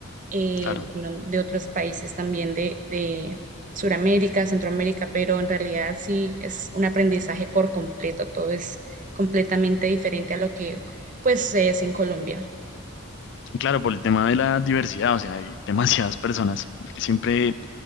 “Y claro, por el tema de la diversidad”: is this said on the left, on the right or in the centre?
Left